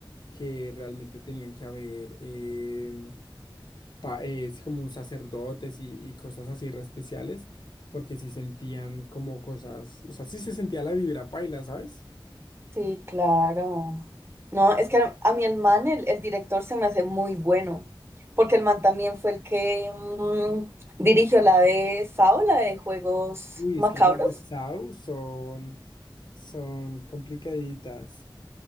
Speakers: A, on the left (about 55°); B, on the right (about 30°).
A: que realmente tenían que haber, em, pa- eh, sí, como sacerdotes y, y cosas así re especiales, porque sí sentían como cosas, o sea, sí se sentía la vibra paila, ¿sabes?
B: Sí, claro. No, es que a, a mí el man, el, el director se me hace muy bueno, porque el man también fue el que mm, dirigió la de Sao, la de Juegos
A: Uy,
B: Macabros.
A: es que las de Sau son, son complicaditas.